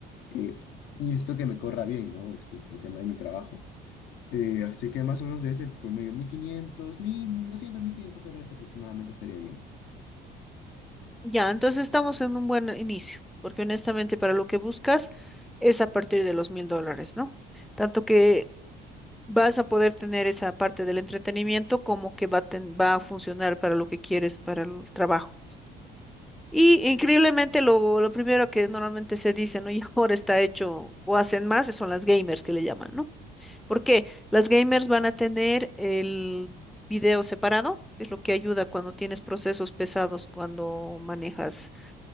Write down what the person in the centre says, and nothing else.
Ya, entonces estamos en un buen inicio, porque honestamente para lo que buscas es a partir de los mil dólares, ¿no? Tanto que vas a poder tener esa parte del entretenimiento como que va a, ten- va a funcionar para lo que quieres, para el trabajo. Y increíblemente lo, lo primero que normalmente se dice, ¿no? <laughs> Y ahora está hecho o hacen más, son las gamers que le llaman, ¿no? Porque las gamers van a tener el video separado, que es lo que ayuda cuando tienes procesos pesados, cuando manejas